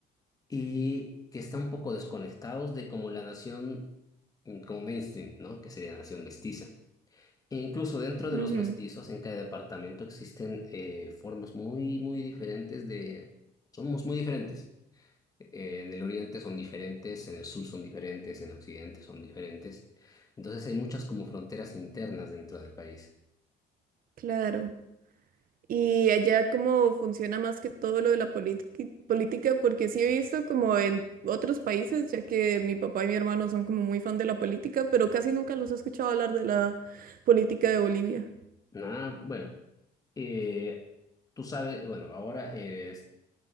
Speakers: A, on the left; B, on the right.
A: y que están un poco desconectados de como la nación, mm, como mainstream, ¿no? Que sería la nación mestiza. E incluso dentro
B: ujú,
A: de los mestizos, en cada departamento existen eh, formas muy, muy diferentes de... Somos muy diferentes. Eh, en el oriente son diferentes, en el sur son diferentes, en occidente son diferentes. Entonces hay muchas como fronteras internas dentro del país.
B: Claro. Y allá cómo funciona más que todo lo de la politi- política, porque sí he visto como en otros países, ya que mi papá y mi hermano son como muy fan de la política, pero casi nunca los he escuchado hablar de la política de Bolivia.
A: Ah, bueno, eh, tú sabes, bueno, ahora eh, es-